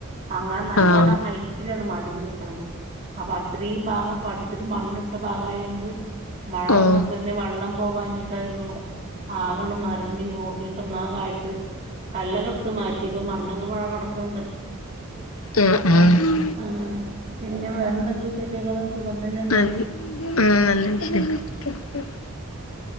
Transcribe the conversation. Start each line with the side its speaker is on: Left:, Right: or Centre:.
Right: അങ്ങാൻ നല്ലോണം
Left: ആഹ്
Right: ഹൈറ്റിലാണ് മതിൽ നൽക്കണത് അപ്പൊ അത്ര ഇത്രയും ഭാഗം പടുത്തിട്ട് <unintelligible> മണ്ണിട്ട ഭാഗ ആയത് കൊണ്ട് മഴ
Left: ആഹ് ആഹ്
Right: വന്നപ്പോ വെള്ളം പോകഴഞ്ഞിട്ട് <unintelligible> ആകണം മറിഞ്ഞ് റോട്ടിലട്ട്ന്നാക <unintelligible> ആട്ട് കല്ല കെടുത്ത് മാറ്റി ഇപ്പൊ മണ്ണൊക്കെ പുഴ <unintelligible> കിടക്കുന്നുണ്ട്
Left: ആഹ്
Right: ആ
Left: ആഹ്
Right: അങ്ങനെ പിന്നെ വേറെന്തൊക്കെ വിശേഷങ്ങൾ സുഖം തന്നെയല്ലേ
Left: നല്ല ആ നല്ല വിഷ <unintelligible>